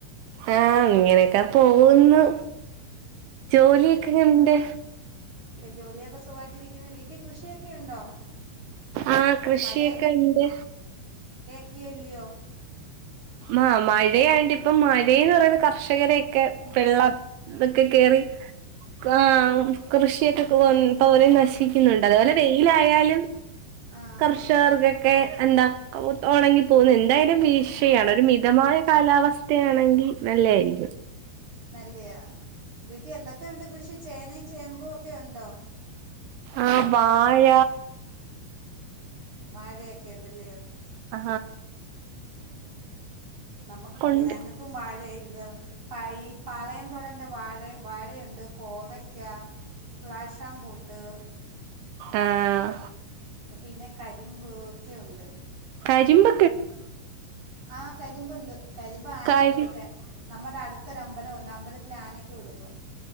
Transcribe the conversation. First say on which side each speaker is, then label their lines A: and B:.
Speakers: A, on the right (about 75°); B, on the right (about 40°).
A: ആ ഇങ്ങനെ ക്കെ പോകുന്നു ജോലിയൊക്കെ ഇങ്ങനെണ്ട്?
B: ജോലിഒക്കെ സുഖയിട്ടിരിക്കുന്നു വീട്ടിൽ കൃഷിയൊക്കെ ഉണ്ടോ
A: ആഹ് കൃഷിയൊക്കെ
B: മഴ
A: ഉണ്ട്
B: ക്കെല്ലയോ?
A: ആ മഴയായിട്ട ഇപ്പം മഴന്ന് പറയുന്ന കർഷകരക്കെ വെള്ളം ഇതൊക്കെ കേറി ആ കൃഷിയൊക്കെ
B: നിൽക്ക്
A: പോലും നശിക്കുന്നു അതേപോലെ വെയിലായാലും
B: ആ
A: കർഷകർക്കൊക്കെ
B: ആ
A: എന്താ ഉണങ്ങി പോകുന്നു എന്തായാലും വീ ക്ഷയാണ് ഒരു മിതമായ കാലാവസ്ഥയാണെങ്കിൽ നല്ല യായിരിക്കും.
B: നല്ലയാ വീട്ടിൽ എന്തൊക്കെയുണ്ട് കൃഷി ചേനയും ചേമ്പും ഒക്കെ ഉണ്ടോ?
A: ആ വാഴ
B: മഴക്കെണ് ല്ലയോ
A: ആ
B: നമ്മ
A: ഉണ്ട്
B: ഞങ്ങക്കും വാഴ ഇതാ പഈ പളയതൊടന്റെ വാഴ വാഴയുണ്ട് കോവയ്ക്ക പ്ലാഷാം ബൂട്ട്
A: ആഹ്
B: പിന്നെ കരിമ്പ് ഒക്കെയുണ്ട്
A: കരിമ്പ
B: ആഹ കരിമ്പുണ്ട് കരിമ്പ് ആനക്ക്
A: കാര്യം
B: കൊടുക്കൻ നമ്മുടെ അടുത്തൊര അമ്പലംുണ്ട് അമ്പലത്തിൽ ആനക്ക് കൊടുക്കും